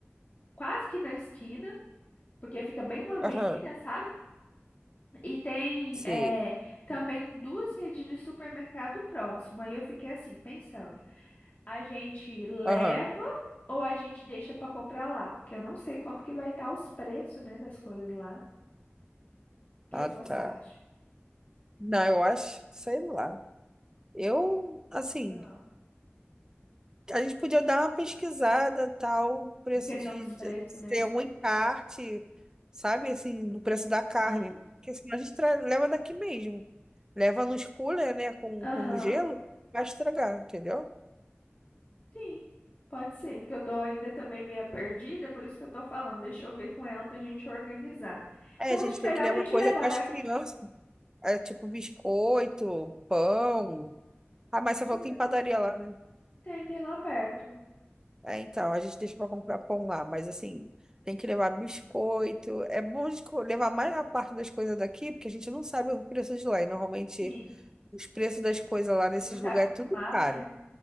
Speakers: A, on the left; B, on the right.
A: quase que na esquina, porque fica bem numa avenida,
B: Aham,
A: sabe? E tem
B: sei.
A: é, também duas redes de supermercado próximo. Aí eu fiquei assim, pensando. A gente leva
B: Aham,
A: ou a gente deixa para comprar lá? Porque eu não sei como que vai estar os preços, né, das coisas lá. O que
B: ah,
A: que você
B: tá.
A: acha?
B: Não, eu acho, sei lá. Eu, assim,
A: Ah,
B: A gente podia dar uma pesquisada, tal, preço
A: Em questão
B: de,
A: dos preços,
B: de se
A: né?
B: tem algum encarte, sabe, assim, no preço da carne.
A: aham.
B: Porque senão a gente tra- leva daqui mesmo. Leva nos cooler, né, com,
A: Aham,
B: com gelo, vai estragar, entendeu?
A: sim. Pode ser, que eu tô ainda também meio perdida, por isso que eu tô falando. Deixa eu ver com ela pra gente organizar.
B: É,
A: Então,
B: a gente
A: acho
B: tem
A: melhor
B: que levar
A: a gente
B: coisa
A: levar
B: para
A: daqui.
B: as crianças, é, tipo biscoito, pão. Ah, mas você falou
A: Você
B: que tem
A: falou,
B: padaria
A: pô.
B: lá, né?
A: Tem, tem lá perto.
B: É, então, a gente deixa para comprar pão lá, mas assim, tem que levar biscoito. É bom de co- levar mais a parte das coisas daqui, porque a gente não sabe o preço de lá. E normalmente
A: Sim.
B: Os preços das coisas lá nesses
A: E não tá
B: lugares,
A: acostumado,
B: é tudo caro.
A: né?